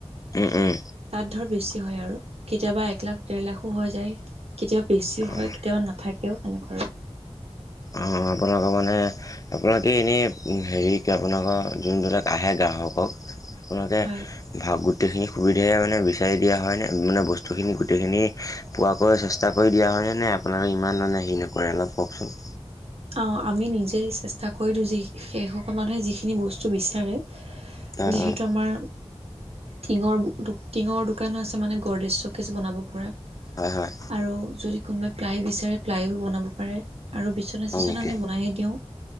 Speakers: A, on the left; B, on the right.
A: উম উম
B: তাত ধৰ বেছি হয় আৰু কেতিয়াবা এক লাখ ডেৰ লাখো হৈ যায়। কেতিয়াবা বেছিও
A: অঁ
B: হয় কেতিয়াবা নাথাকেও সেনেকুৱা আৰু।
A: অ আপোনালোকৰ মানে আপোনালোকে এনেই হেৰি আপোনালোকৰ যোনবিলাক আহে গ্ৰাহকক আপোনোলোকে
B: হয়।
A: ভাৱ গোটেইখিনি সুবিধাই মানে বিচাৰি দিয়া হয় নে মানে বস্তুখিনি গোটেইখিনি পোৱাকৈ চেষ্টা কৰি দিয়া হয়নে নে আপোনালোকে ইমান মানে হেৰি নকৰে অলপ কওকচোন?
B: অ আমি নিজেই চেষ্টা কৰি দিওঁ যি সেইসকল মানুহে যিখিনি বস্তু বিচাৰে
A: হয়
B: যিহেতু
A: হয়
B: আমাৰ টিঙৰ টিঙৰ দোকানো আছে মানে গৰ্দেশ, চৌকেজ বনাব পৰা।
A: হয় হয়
B: আৰু যদি কোনোবাই প্লাই বিচাৰে প্লাইও বনাব পাৰে আৰু বিছ বিছনা
A: হয়
B: চিছনা
A: নেকি
B: আমি বনাই হে দিওঁ,